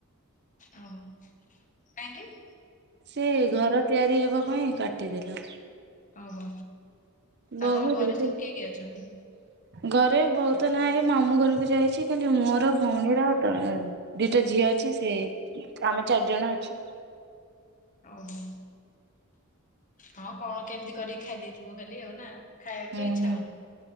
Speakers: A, on the left (about 35°); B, on the right (about 50°).
A: ଓହୋ କାହିଁକି?
B: ସେ ଘର ତିଆରି ହେବା ପାଇଁ କାଟିଦେଲା।
A: ଓହୋ। ଆଉ
B: ବୋହୁ
A: ତମ ଘରେ
B: ଦୁଇଟି
A: ସବୁ କିଏ କିଏ ଅଛନ୍ତି?
B: ଘରେ ବୋଉ ତ ନାହିଁ ମାମୁଁ ଘରକୁ ଯାଇଚି ଖାଲି ମୋର ଭଉଣୀର ଆଉ ତମ ଦିଟା ଝିଅ ଅଛି ସେ ଆମେ ଚାରି ଜଣ ଅଛୁ।
A: ଓହୋ ହଁ କଣ କେମିତି କରିକି ଖାଇ ଦେଇଥିବ ଖାଲି ଆଉ ନା। ଖାଇବାକୁ
B: ଉଁ
A: ତ ଇଚ୍ଛା
B: ହୁଁ
A: ହଉନି।